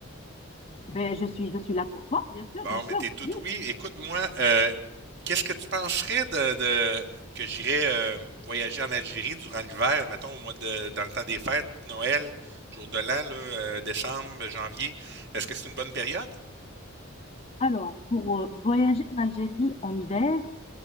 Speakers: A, on the left; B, on the right.
A: Ben je suis, je suis là pour toi, bien sûr,
B: Bon,
A: bien
B: mais
A: sûr.
B: t'es tout
A: Dis,
B: oui. Écoute-moi, euh, qu'est-ce que tu penserais de, de que j'irais euh, voyager en Algérie durant l'hiver, mettons au mois de dans le temps des fêtes, Noël, jour de l'an, là, euh, décembre, janvier. Est-ce que c'est une bonne période?
A: alors, pour euh, voyager en Algérie en hiver,